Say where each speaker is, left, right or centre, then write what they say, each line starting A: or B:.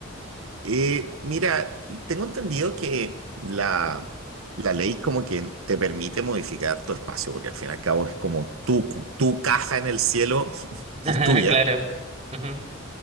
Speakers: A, on the right; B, on the right.
A: Eh, mira, tengo entendido que la, la ley como que te permite modificar tu espacio, porque al fin y al cabo es como tu, tu casa en el cielo <laughs>
B: <laughs>
A: que es tuya.
B: Claro. Ujú.